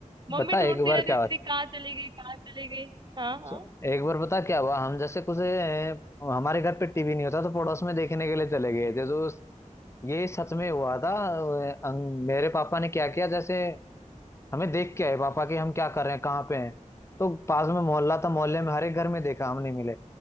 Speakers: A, on the right; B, on the left.
A: मम्मी
B: बता
A: ढूंढती
B: एक बार
A: रहती
B: क्या हुआ
A: थी कहाँ चली गई कहाँ चली गई हाँ हाँ
B: एक बार बता क्या हुआ हम जैसे कुछ अ, हमारे घर पे टीवी नहीं होता तो पड़ोस में देखने के लिए चले गए थे तो ये सच में हुआ था अ, अंग- मेरे पापा ने क्या किया जैसे हमें देख के आए पापा कि हम क्या कर रहे हैं कहाँ पे हैं तो पास में मोहल्ला था मोहल्ले में हर एक घर में देखा हम नहीं मिले